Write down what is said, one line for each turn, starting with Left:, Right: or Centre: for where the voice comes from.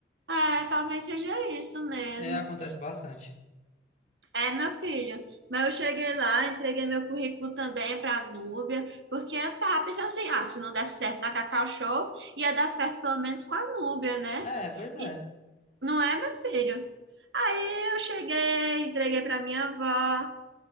Right: É, talvez seja isso mesmo.
Left: É, acontece bastante.
Right: É, meu filho. Mas eu cheguei lá, entreguei meu currículo também para a Núbia, porque eu tava pensando assim, ah, se não desse certo na Cacau Show, ia dar certo pelo menos com a Núbia, né?
Left: É, pois é.
Right: E- não é, meu filho? Aí eu cheguei, entreguei para minha avó.